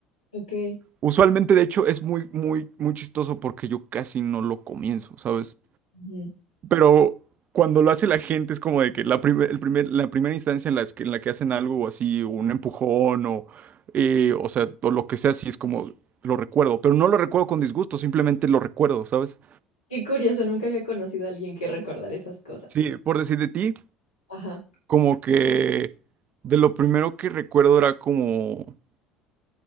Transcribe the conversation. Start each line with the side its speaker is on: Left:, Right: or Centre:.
Left: Ok.
Right: Usualmente, de hecho, es muy, muy, muy chistoso porque yo casi no lo comienzo, ¿sabes?
Left: Ujú.
Right: Pero cuando lo hace la gente es como de que la, primer- el primer- la primera instancia en, las que, en la que hacen algo así, un empujón o, eh, o sea, o lo que sea, sí es como lo recuerdo, pero no lo recuerdo con disgusto, simplemente lo recuerdo, ¿sabes?
Left: Qué curioso, nunca había conocido a alguien que recordara esas cosas.
Right: Sí, por decir de ti,
Left: Ajá.
Right: como que de lo primero que recuerdo era como...